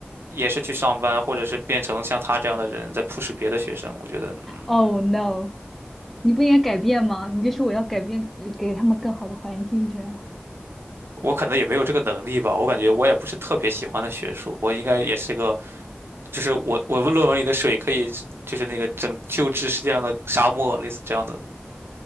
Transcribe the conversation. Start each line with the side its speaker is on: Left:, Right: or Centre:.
Right: 也是去上班，或者是变成像他这样的人，在 push 别的学生。我觉得，嗯，
Centre: Oh no！你不应该改变吗？你就说我要改变，呃给他们更好的环境，这样。
Right: 我可能也没有这个能力吧。我感觉我也不是特别喜欢的学术，我应该也是个，就是我我论文里的水可以，就是那个拯救治世界上的沙漠，类似这样的。